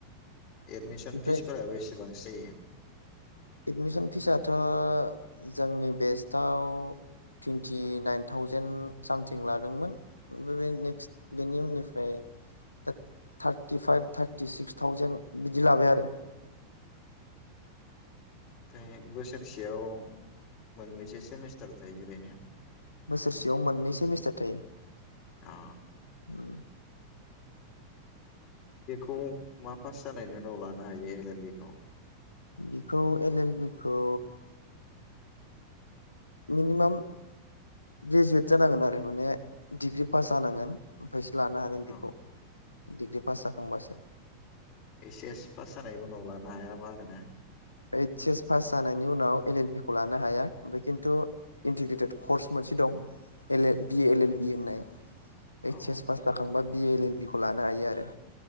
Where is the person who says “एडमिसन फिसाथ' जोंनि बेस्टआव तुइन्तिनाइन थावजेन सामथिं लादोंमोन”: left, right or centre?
Left